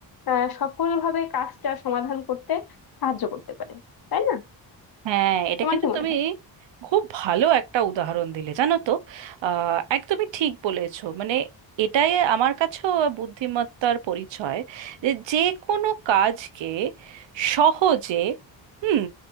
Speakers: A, on the left (about 50°); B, on the right (about 70°).
A: আহ, সফলভাবে কাজটা সমাধান করতে সাহায্য করতে পারে তাই না
B: হ্যাঁ এটা
A: তোমার
B: কিন্তু
A: কি মনে
B: তুমি
A: হয়
B: খুব ভালো একটা উদাহরণ দিলে জানো তো আহ, একদমই ঠিক বলেছো মানে এটাই আমার কাছেও বুদ্ধিমত্তার পরিচয় যে যে কোনো কাজকে সহজে হুম